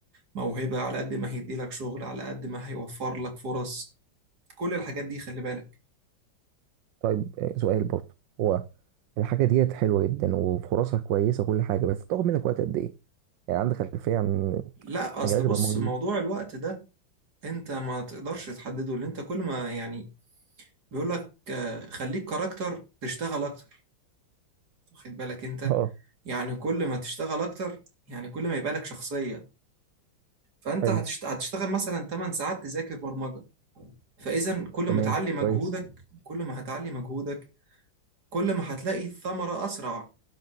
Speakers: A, on the right; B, on the right.
A: موهبة على قد ما هيدي لك شغل على قد ما هيوفر لك فرص كل الحاجات دي خلي بالك
B: طيب آه، سؤال برضو هو الحاجه ديت حلوه جدا وفرصها كويسه وكل حاجه بس بتاخد منك وقت قد ايه يعني عندك خلفيه عن
A: لا أصل
B: مجالات
A: بص
B: البرمجه
A: موضوع
B: دي
A: الوقت ده أنت ما تقدرش تحدده لأن أنت كل ما يعني بيقول لك آه، خليك كاركتر تشتغل أكتر واخد بالك انت
B: اه
A: يعني كل ما تشتغل اكتر يعني كل ما يبقى لك شخصية فانت
B: حلو
A: هتشت... هتشتغل مثلا 8 ساعات تذاكر برمجة فاذا كل
B: تمام
A: ما تعلي مجهودك
B: كويس
A: كل ما هتعلي مجهودك كل ما هتلاقي الثمرة اسرع